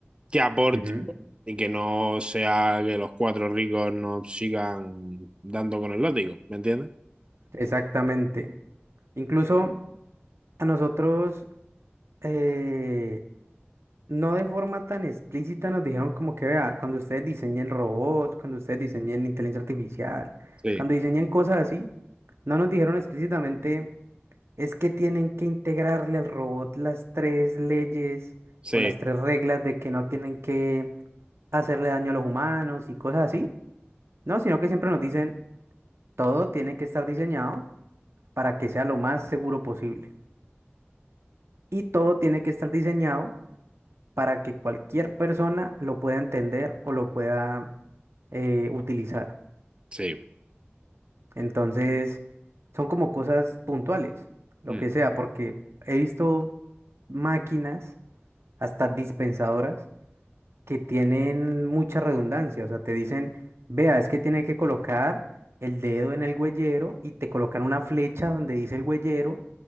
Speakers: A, on the right; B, on the right.
A: que aporte
B: Ujú,
A: y que no sea que los cuatro ricos nos sigan dando con el látigo. ¿Me entiendes?
B: Exactamente. Incluso a nosotros... eh, No de forma tan explícita nos dijeron como que, vea, cuando ustedes diseñen robots, cuando ustedes diseñen inteligencia artificial,
A: Sí.
B: cuando diseñen cosas así, no nos dijeron explícitamente, es que tienen que integrarle al robot las tres leyes
A: Sí,
B: o las tres reglas de que no tienen que hacerle daño a los humanos y cosas así, no, sino que siempre nos dicen, todo tiene que estar diseñado para que sea lo más seguro posible. Y todo tiene que estar diseñado para que cualquier persona lo pueda entender o lo pueda eh, utilizar.
A: sí.
B: Entonces, son como cosas puntuales, lo
A: Mm,
B: que sea, porque he visto máquinas, hasta dispensadoras, que tienen mucha redundancia. O sea, te dicen, vea, es que tiene que colocar el dedo en el huellero y te colocan una flecha donde dice el huellero